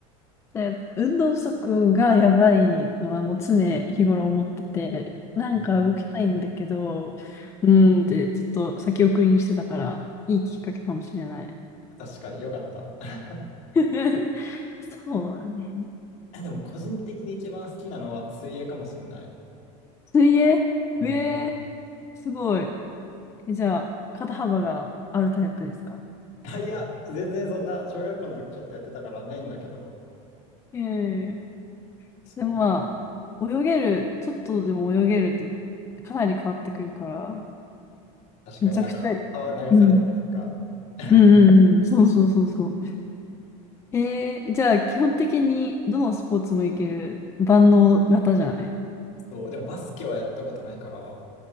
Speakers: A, on the left; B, on the left.
A: で運動不足がやばいのはもう常日頃思ってて、なんか動きたいんだけど、
B: うん
A: うーんってちょっと先送りにしてたから、いいきっかけかもしれない。
B: 確かによかった。<laughs>
A: <laughs> そうだね。
B: え、でも個人的に一番好きなのは水泳かもしんない。
A: 水泳ええー
B: うん。
A: すごい。えじゃあ、肩幅があるタイプですか
B: あ、いや、全然そんな小学校の時ちょっとやってたからないんだけど、
A: ええ
B: そう、
A: でもまあ、泳げる、ちょっとでも泳げるってかなり変わってくるから、
B: 確かになんか川流された時とか。
A: めちゃくちゃ、うん。
B: <laughs>
A: うんうんうん。そうそうそうそう。えー、じゃあ、基本的にどのスポーツもいける万能型じゃない
B: そう、でもバスケはやったことないから、